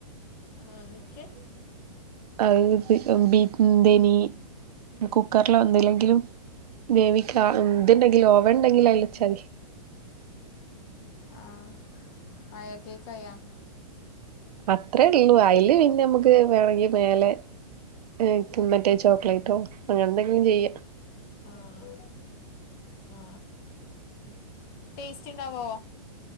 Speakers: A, on the left; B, on the right.
A: ആഹ് നിക്ക്
B: അത് ബി ബീക്കുന്തേനി കുക്കറിലോ എന്തിലെങ്കിലും മേവിക്ക.
A: ഉം.
B: ഇന്തുണ്ടെങ്കിലു ഓവൻ ഉണ്ടെങ്കിലും അയിൽച്ചാ മതി.
A: ആഹ് ആയാ കേക്കായാ
B: പ്പത്രേ ഉള്ളൂ അയില് പിന്നെ നമുക്ക് വേണങ്കിൽ മേലെ ഈക്ക് മറ്റേ ചോക്ലേറ്റോ അങ്ങനെ എന്തെങ്കിലും ചെയ്യ
A: ആഹ ആ ടേസ്റ്റ് ഇണ്ടാവോ